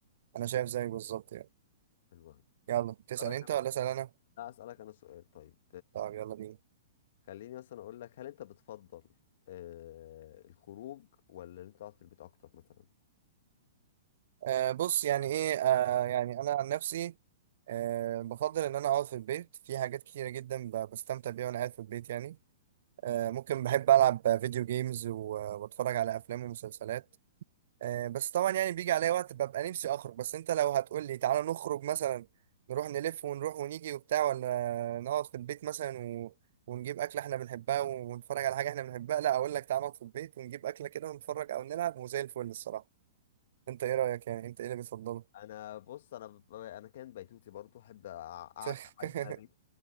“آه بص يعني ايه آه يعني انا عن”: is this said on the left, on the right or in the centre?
Right